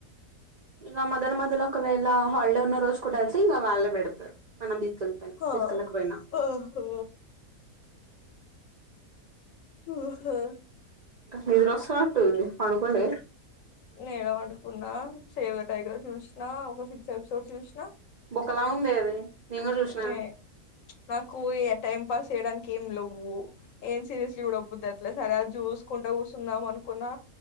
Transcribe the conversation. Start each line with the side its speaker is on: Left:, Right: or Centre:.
Right: ఇక మొదలు మొదలు ఒకవేళ హాలిడే ఉన్న రోజు కూడా వెళ్తే ఇక వాళ్ళ పెడతారు మనం అసలు పని
Left: హా
Right: తీసుకెళ్ళకపోయినా
Left: ఓహో ఊహూ
Right: నిద్ర వస్తున్నట్టు ఉంది పనుకోలే
Left: ఏడ వడుకున్నా సేవ్ ఎ టైగర్ చూసినా ఒక సిక్స్ ఎపిసోడ్ చూసినా
Right: బుక్కలా ఉందే అది నేను కూడా చూసిన
Left: నే నాకు టైం పాస్ చేయడానికి ఏం లెవ్వు ఏం సీరీస్ చూడబుద్ అయితలే సరే జూసుకుంటా కూర్చుందాం అనుకున్నా